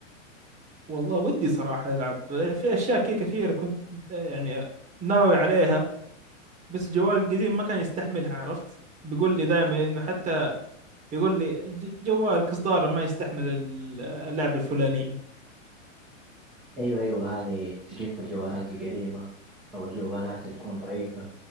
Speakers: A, on the right; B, in the centre.
A: والله ودي صراحة ألعب في أشياء كي كثيرة كنت آه، يعني ناوي عليها بس جوالي القديم ما كان يستحملها عرفت بيقول لي دائما إنه حتى بيقول لي ج- جوالك إصدار ما يستحمل ال- اللعبة الفلانية
B: ايوه ايوه هذه تجيك في الجوالات القديمة او الجوالات تكون ضعيفة